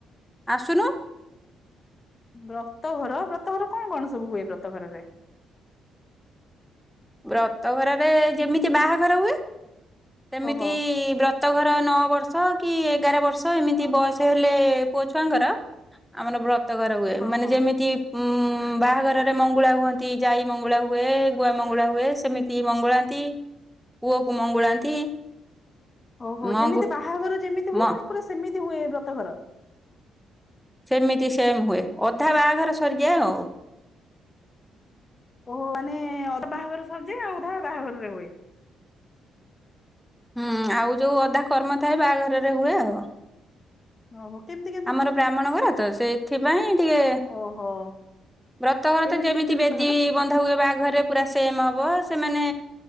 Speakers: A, in the centre; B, on the left.
A: ଆସୁନୁ।
B: ବ୍ରତଘର ବ୍ରତଘର କଣ କଣ ସବୁ ହୁଏ ବ୍ରତଘରରେ?
A: ବ୍ରତ ଘରରେ ଯେମିତି ବାହାଘର ହୁଏ ସେମିତି
B: ଓହୋ
A: ବ୍ରତ ବ୍ରତଘର ନଅ ବର୍ଷ କି ଏଗାର ବର୍ଷ ଏମିତି ବୟସ ହେଲେ ପୁଅ ଛୁଆଙ୍କର। ଆମର ବ୍ରତଘର ହୁଏ
B: ହଁ
A: ମାନେ
B: ହଁ
A: ଯେମିତି ଉଁ ବାହାଘରରେ ମଙ୍ଗୁଳା ହୁଅନ୍ତି। ଯାଇ ମଙ୍ଗଳା ହୁଏ ଗୁଆ ମଙ୍ଗଳା ମଙ୍ଗୁଳା ହୁଏ ସେମିତି ମଙ୍ଗୁଳାନ୍ତି ପୁଅକୁ ମଙ୍ଗୁଳାନ୍ତି।
B: ଓହୋ
A: ମଙ୍ଗୁ
B: ଯେମିତି ବାହାଘର ଯେମିତି ହୁଏ
A: ମ
B: କଣ ପୁରା ସେମିତି ହୁଏ ବ୍ରତ ଘର?
A: ସେମିତି ସେମ୍ ହୁଏ। ଅଧା ବାହାଘର ସରିଯାଏ ଆଉ।
B: ଓ ମାନେ ଅଧା ବାହାଘର ସରିଯାଏ ଆଉ ଅଧା ବାହାଘରରେ ହୁଏ।
A: ହୁଁ ଆଉ ଯୋଉ ଅଧା କର୍ମ ଥାଏ ବାହାଘରରେ ହୁଏ ଆଉ।
B: ହ ହୋ କେମତି
A: ଆମର ବ୍ରାହ୍ମଣ ଘର ତ ସେଥିପାଇଁ ଟିକେ
B: ଓହୋ।
A: ବ୍ରତଘର
B: କେମିତି
A: ତ ଯେମିତି
B: କେମିତି
A: ବେଦୀ
B: ବ୍ରତଘର
A: ବନ୍ଧା ହୁଏ ବାହାଘରେ ପୁରା ସେମ ହବ ସେମାନେ